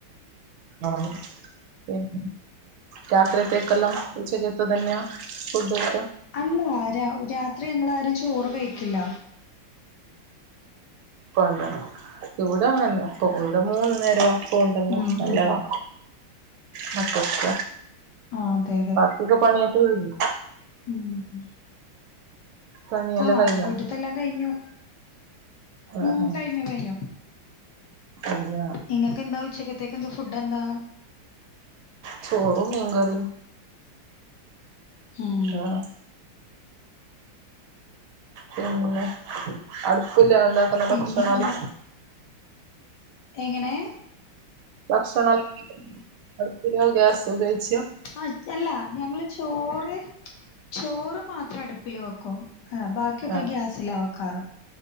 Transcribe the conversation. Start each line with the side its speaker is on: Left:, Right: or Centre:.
Right: ആഹ് പിന്നെ രാത്രിയത്തേക്കെല്ലാം ഉച്ചക്കത്തെ തന്നെയാ ഫുഡ്ഡ് വെക്കാ
Left: അല്ല രാ രാത്രി ഞങ്ങളാരും ചോറ് കയ്ക്കില്ല
Right: പണ് ഇവടങ്ങന്നെ ഇവടെ മൂന്നു നേരം അപ്പൊണ്ടങ്കി
Left: ഉം
Right: നല്ലതാ
Left: ഉം
Right: മക്കക്ക
Left: ആഹ് അതെ അതെ
Right: തൊക്കെ പണ്യോക്കെ കൈഞ്ഞോ
Left: ഉം ഉം
Right: പണിയെല്ലാം
Left: ആഹ്
Right: കഴിഞ്ഞോ
Left: വീട്ട്ത്തെല്ലാം കൈഞ്ഞു ഉം
Right: ആഹ് ആഹ്
Left: കൈഞ്ഞു കൈഞ്ഞു
Right: അതെയ
Left: ഇങ്ങക്കെന്താ ഉച്ചക്കത്തെ ക്കെന്താ ഫുഡ്ഡെന്താ
Right: ചോറും മീങ്കറീം
Left: ഉം
Right: ആഹ് പിന്നെ അട്പ്പില്ലതോണ്ട
Left: പിന്നെന്താ
Right: പ്പ നല്ല കുടിച്ച്ണെ വെള്ളാ
Left: എങ്ങനെ
Right: ഭക്ഷണം അടുപ്പിലോ ഗ്യാസിലോ ഉപയോഗിച്ചാ
Left: ആഹ് അല്ല ഞങ്ങള് ചോറ് ചോറ് മാത്രം അടുപ്പില് വെക്കും ആഹ് ബാക്ക്യോക്കെ
Right: ആഹ്
Left: ഗ്യാസിലാ വെക്കാറ്